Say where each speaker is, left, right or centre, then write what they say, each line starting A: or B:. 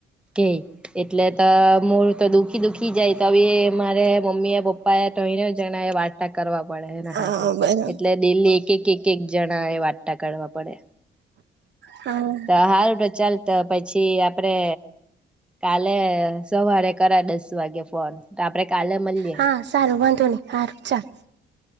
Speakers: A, in the centre; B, on the right.
A: કે એટલે તો મુળ તો દુઃખી દુખી જાય તો મારે મમ્મી એ પપ્પા એ તો અહી જણા એ વાર્તા કરવા પડેને એટલે
B: હા
A: સારુ
B: બરાબર
A: એટલે ડેલી એક એક એક એક જણા એ વાર્ વાર્તા કરવા પડે.
B: હા
A: તો હારું તો ચાલ તો પછી આપડે કાલે સવારે કરાય દસ વાગે ફોન આપડે કાલે મળીએ
B: હા સારું વાંધો નહી. સારું ચાલ.